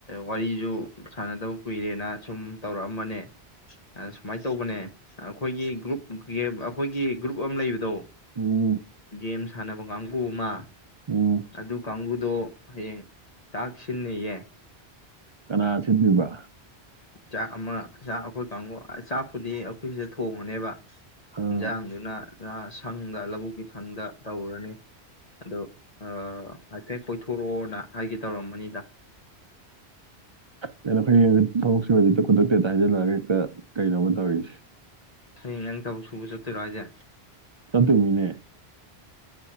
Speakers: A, on the left; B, on the right.
A: ꯋꯥꯔꯤꯁꯨ ꯁꯥꯟꯅꯗꯕ ꯀꯨꯏꯔꯦꯅ ꯁꯨꯝ ꯇꯧꯔꯛꯑꯝꯕꯅꯦ ꯁꯨꯃꯥꯏꯅ ꯇꯧꯕꯅꯦ ꯑꯩꯈꯣꯏꯒꯤ ꯒ꯭ꯔꯨꯞ ꯑꯩꯈꯣꯏꯒꯤ ꯒ꯭ꯔꯨꯞ ꯀꯨꯞ ꯑꯃ ꯂꯩꯕꯗꯣ
B: ꯎꯝ
A: ꯦꯝꯁ ꯁꯥꯟꯅꯕ ꯀꯥꯡꯕꯨꯃꯥ
B: ꯎꯝ
A: ꯑꯗꯨ ꯑꯗꯨ ꯀꯒꯨ ꯑ ꯑꯗꯨꯣ ꯍꯌꯦꯡ ꯆꯥꯛꯁꯤꯟꯅꯩꯌꯦ
B: ꯀꯅꯥ ꯁꯤꯟꯗꯣꯏꯕ
A: ꯆꯥꯛ ꯑꯃ ꯆꯥꯛ ꯑꯩꯈꯣꯏ ꯀꯥꯡꯕꯨ ꯆꯥꯛꯄꯨꯗꯤ ꯑꯩꯈꯣꯏ ꯁꯤꯗ ꯊꯣꯡꯉꯅꯦꯕ
B: ꯑꯥ
A: ꯏꯟꯁꯥꯡꯗꯨꯅ ꯁꯪꯗ ꯂꯧꯕꯨꯛꯀꯤ ꯁꯪꯗ ꯇꯧꯔꯔꯅꯤ ꯑꯣ ꯍꯥꯏꯐꯦꯠ ꯀꯣꯏꯊꯣꯔꯛꯑꯣꯅ ꯍꯥꯏꯒ ꯇꯧꯔꯝꯕꯅꯤꯗ
B: ꯀꯩꯅꯣ ꯍꯌꯦꯡ ꯊꯕꯛꯁꯤꯖꯤꯗ ꯈꯨꯗꯛꯇ ꯍꯦꯛꯇ ꯍꯥꯏꯖꯤꯜꯂꯛꯑꯒ ꯍꯦꯛꯇ ꯀꯩꯅꯣꯃ ꯇꯧꯔꯤꯁꯦ
A: ꯁꯩ ꯅꯪ ꯇꯕ ꯁꯨꯕ ꯆꯠꯠꯇꯣꯏꯔꯣ ꯍꯥꯏꯖꯦ
B: ꯆꯠ ꯑꯗꯨꯃꯤꯅꯦ